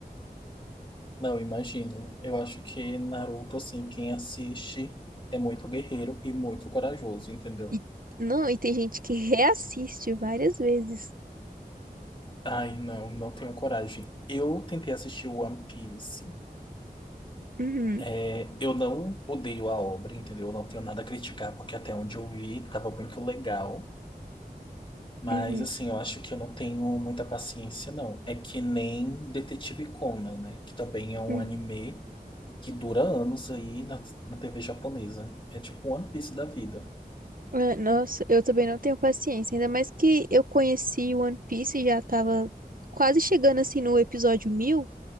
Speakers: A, on the left (about 30°); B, on the right (about 60°).
A: Não, imagino. Eu acho que Naruto, assim, quem assiste é muito guerreiro e muito corajoso, entendeu?
B: E, não, e tem gente que reassiste várias vezes.
A: Ai, não, não tenho coragem. Eu tentei assistir One Piece.
B: Uhum,
A: É, eu não odeio a obra, entendeu? Eu não tenho nada a criticar, porque até onde eu vi tava muito legal. Mas,
B: uhum,
A: assim, eu acho que eu não tenho muita paciência, não. É que nem Detetive Conan, né? Que também é um
B: uhum.
A: anime que dura anos aí na, na TV japonesa. É tipo um One Piece da vida.
B: Ah, Nossa, eu também não tenho paciência, ainda mais que eu conheci One Piece e já tava quase chegando assim no episódio mil